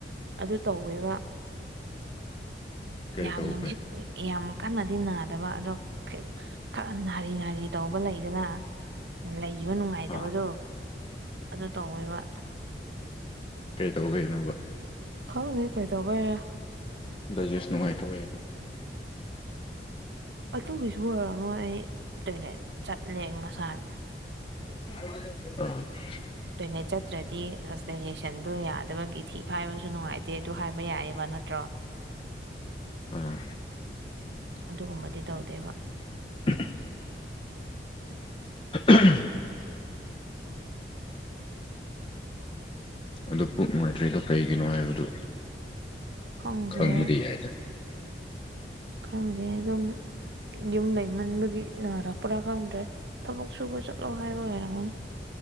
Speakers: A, on the right; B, on the left.
A: ꯑꯗꯨ ꯇꯧꯋꯦꯕ
B: ꯀꯔꯤ
A: ꯌꯥꯝꯅꯗꯤ
B: ꯇꯧꯕꯩ
A: ꯌꯥꯝ ꯀꯟꯅꯗꯤ ꯅꯥꯗꯕ ꯑꯗꯣ ꯈꯔ ꯅꯥꯔꯤ ꯅꯥꯔꯤ ꯇꯧꯕ ꯂꯩꯗꯅ ꯂꯩꯕ ꯅꯨꯡꯉꯥꯏꯇꯕꯗꯣ
B: ꯑꯥ
A: ꯑꯗꯨ ꯇꯧꯋꯦꯕ
B: ꯀꯩ ꯇꯧꯕꯅꯣꯕ
A: ꯈꯪꯗꯦ ꯀꯩꯇꯧꯕꯩꯅꯣ
B: ꯗꯥꯏꯖꯦꯁ ꯅꯨꯡꯉꯥꯏꯇꯧꯋꯦ
A: ꯑꯗꯨꯒꯤꯁꯨ ꯑꯣꯏꯔꯝꯃꯣꯏ ꯑꯩ ꯇꯣꯏꯂꯦꯠ ꯆꯠꯂꯦ ꯉꯁꯥꯏ
B: ꯑ <inaudible>
A: ꯇꯣꯏꯂꯦꯠ ꯆꯠꯇ꯭ꯔꯗꯤ ꯑꯁ ꯗꯥꯢꯖꯦꯁꯟꯗꯣ ꯌꯥꯗꯕꯒꯤ ꯊꯤ ꯐꯥꯏꯕꯁꯨ ꯅꯨꯡꯉꯥꯏꯇꯦ ꯑꯗꯨ ꯍꯥꯏꯕ ꯌꯥꯏꯌꯦꯕ ꯅꯠꯇ꯭ꯔꯣ
B: ꯑꯥ
A: ꯑꯗꯨꯒꯨꯝꯕꯗꯤ ꯇꯧꯗꯦꯕ
B: <unintelligible> ꯍ <inaudible> ꯑꯗꯣ ꯄꯨꯛ ꯅꯨꯡꯉꯥꯏꯇ꯭ꯔꯤꯗꯣ ꯀꯩꯒꯤꯅꯣ ꯍꯥꯏꯕꯗꯨ
A: ꯈꯪꯗꯦ
B: ꯈꯪꯕꯗꯤ ꯌꯥꯏꯗꯅ
A: ꯈꯪꯗꯦ ꯑꯗꯨꯝ ꯌꯨꯝ ꯂꯩꯃꯟꯕꯒꯤ ꯅꯥꯔꯛꯄ꯭ꯔꯥ ꯈꯪꯗ꯭ꯔꯦ ꯊꯕꯛ ꯁꯨꯕ ꯆꯠꯂꯣ ꯍꯥꯏꯕ ꯑꯣꯏꯔꯝꯒꯅꯤ